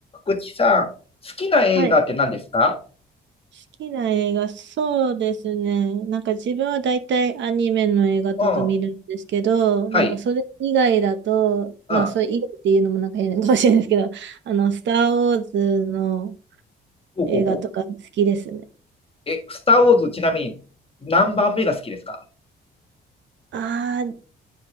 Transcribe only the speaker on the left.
ぐちさん、好きな映画って何ですか
うん。はい。
うん。
ほうほうほう。
え、スター・ウォーズ、ちなみに何番目が好きですか